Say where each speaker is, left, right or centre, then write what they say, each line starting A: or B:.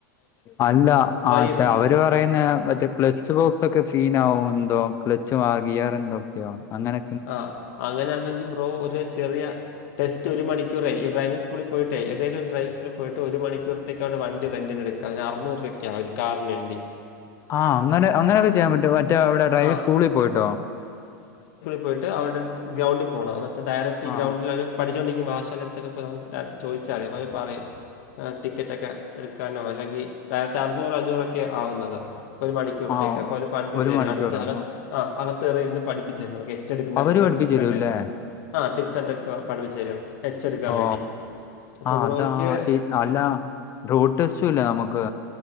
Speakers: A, on the left; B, on the left.
A: അല്ല ആ
B: ചെയ്ത്
A: അവ അവ പറയുന്ന മറ്റേ ക്ലച്ച് ബോക്സ് ഒക്കെ ഫീൻ ആവും എന്തോ ക്ലച്ച് മാർഗിയാർ എന്തോക്കെയോ അങ്ങനെ
B: ആ അങ്ങനൊന്നെങ്കി പ്രോ ഒരു ചെറിയ ടെസ്റ്റ് ഒരു മണിക്കൂർ ഡ്രൈവിംഗ് സ്കൂളിൽ പോയിട്ട് ഏതങ്കിലും ഡ്രൈവിംഗ് സ്കൂളിൽ പോയിട്ട് ഒരു മണിക്കറത്തേക്കവിടെ വണ്ടിറെന്റിന് എടുക്കും അതിന് അറുന്നൂറു രൂപയ്ക്ക് ഒരു കാറിന് എംഡി
A: ആഹ് അങ്ങനെ അങ്ങനെയൊക്കെ ചെയ്യാൻ പറ്റും മറ്റേ അവിടെ ഡ്രൈവ
B: ആ
A: സ്കൂളിൽ പോയിട്ടോ
B: പോയി് അവരുടെ ഗ്രൗണ്ടിൽ പോകണം എന്നട്ട് ഡയറക്ട് ഈ
A: ആ
B: ഗ്രൗണ്ടില പഠിച്ചുകൊണ്ടിരിക്കും ആശടുത്തൊക്കെ ചോദിച്ചാൽ മതി പറയും ടിക്കറ്റൊക്കെ എടുക്കാനോ അല്ലെങ്കിൽ ഡയറക്റ്റ് അറുന്നൂറ് അഞ്ഞൂറൊക്കെയ ആവുന്നത് ഒരു മണിക്കൂറത്തേക്ക്
A: ആ
B: അപ്പോൾ അവര് പഠിപ്പിച്ചു
A: ഒരു
B: തരും
A: മണിക്കൂറോ
B: അടുത്ത് അകത്ത് ആ അകത്തേറിയിൽരുന്ന് പഠിപ്പിച്ചു തരുന്നു ടുന്ന
A: അവര്
B: ട്രിക്സ്
A: പഠിപ്പിച്ചു തരുമല്ലേ
B: ഒക്കെ ആ ടിപസ് ട്രക്സ് പഠിപ്പിച്ചുരും എച്ചെടുക്കാൻ
A: ഓ
B: വേണ്ടി അപ്പോൾ
A: ആ
B: ബ്രോഹക്ക്
A: അതാ ഈ അല്ല റോഡ് ടെസ്റ്റുംല്ല നമുക്ക്